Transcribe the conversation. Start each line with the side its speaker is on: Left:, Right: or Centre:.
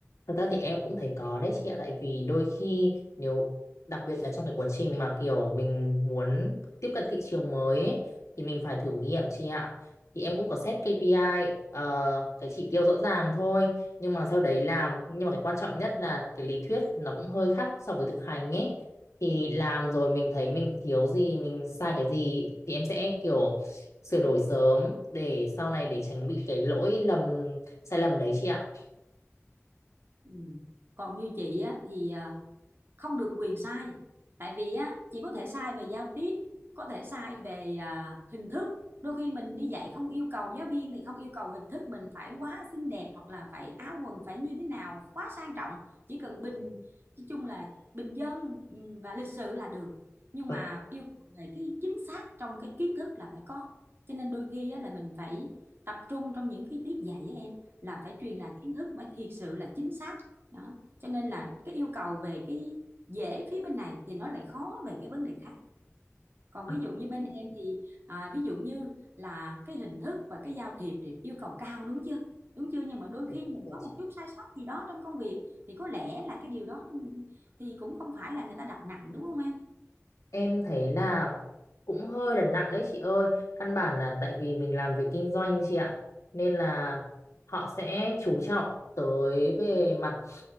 Left: Thật ra thì em cũng thấy có đấy chị ạ Tại vì đôi khi nếu đặc biệt là trong cái quá trình mà kiểu mình muốn tiếp cận thị trường mới ấy, thì mình phải thử nghiệm chị ạ Thì em cũng có set KPI ờ, cái chỉ tiêu rõ ràng thôi nhưng mà sau đấy làm nhưng mà cái quan trọng nhất là cái lý thuyết nó cũng hơi khác so với thực hành ấy thì làm rồi mình thấy mình thiếu gì mình sai cái gì thì em sẽ kiểu sửa đổi sớm để sau này để tránh bị cái lỗi lầm sai lầm đấy chị ạ
Right: Ừ. Còn như chị á thì à, không được quyền sai tại vì á chỉ có thể sai về giao tiếp có thể sai về à, hình thức đôi khi mình đi dạy không yêu cầu giáo viên thì không yêu cầu hình thức mình phải quá xinh đẹp hoặc là phải áo quần phải như thế nào quá sang trọng chỉ cần bình nói chung là bình dân ừ, và lịch sự là được nhưng
Left: Vâng.
Right: mà yêu cầu về cái chính xác trong cái kiến thức là phải có cho nên đôi khi á, là mình phải tập trung trong những cái tiết dạy với em là phải truyền đạt kiến thức mới thiệt sự là chính xác đó cho nên là cái yêu cầu về cái dễ phía bên này thì nó lại khó về cái vấn đề khác còn
Left: À,
Right: ví dụ như bên em thì à, ví dụ như là cái hình thức và cái giao thiệp thì yêu cầu cao đúng chưa đúng chưa nhưng mà đôi khi
Left: dạ,
Right: mình có một chút sai sót gì đó trong công việc thì có lẽ là cái điều đó thì cũng không phải là người ta đặt nặng đúng không em
Left: Em thấy là cũng hơi đặt nặng đấy chị ơi. Căn bản là tại vì mình làm về kinh doanh chị ạ. Nên là họ sẽ chú trọng tới về mặt